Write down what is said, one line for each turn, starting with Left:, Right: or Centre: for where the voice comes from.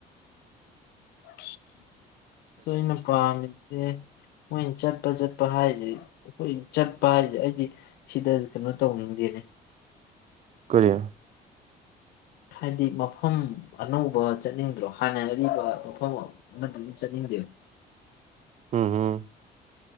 Left: <inaudible> ꯑꯣꯏ ꯑꯩꯅ ꯄꯥꯝꯃꯤꯁꯦ ꯃꯣꯏꯅ ꯆꯠꯄ ꯆꯠꯄ ꯍꯥꯏꯁꯤꯗꯤ ꯑꯩꯈꯣꯏ ꯆꯠꯄ ꯍꯥꯏꯁꯦ ꯑꯩꯗꯤ ꯁꯤꯗ ꯀꯩꯅꯣ ꯇꯧꯅꯤꯡꯗꯦꯅꯦ
Right: ꯀꯔꯤꯌꯥ
Left: ꯍꯥꯏꯗꯤ ꯃꯐꯝ ꯑꯅꯧꯕ ꯆꯠꯅꯤꯡꯗ꯭ꯔꯣ ꯍꯥꯟꯅ ꯑꯔꯤꯕ ꯃꯐꯝ ꯑꯃꯗ ꯑꯗꯨꯝ ꯆꯠꯅꯤꯡꯗꯦ
Right: ꯎꯝ ꯎꯝ